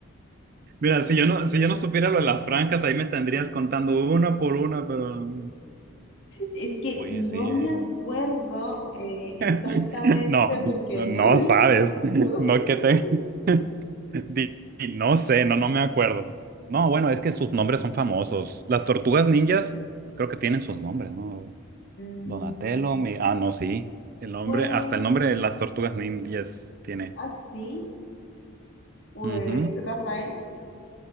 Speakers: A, on the right (about 40°); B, on the left (about 55°).
A: mira, si yo no, si yo no supiera lo de las franjas, ahí me tendrías contando una por una, pero...
B: es que
A: Oye,
B: no
A: sí,
B: me
A: ¿eh?
B: acuerdo eh, exactamente
A: <laughs> No,
B: porque
A: no
B: no
A: sabes.
B: estuve.
A: No que
B: <laughs>
A: te... <laughs> di- di- no sé, no, no me acuerdo. No, bueno, es que sus nombres son famosos. Las tortugas ninjas creo que tienen sus nombres, ¿no?
B: Mm,
A: Donatello, mi... Ah, no, sí. El nombre,
B: Fue
A: hasta el nombre de las tortugas ninjas tiene.
B: así. Pues
A: Ujú.
B: Rafael,